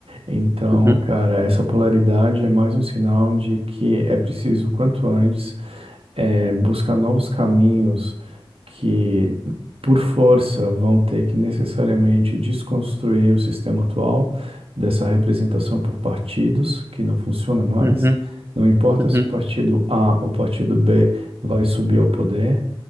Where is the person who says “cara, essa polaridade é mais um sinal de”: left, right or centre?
Right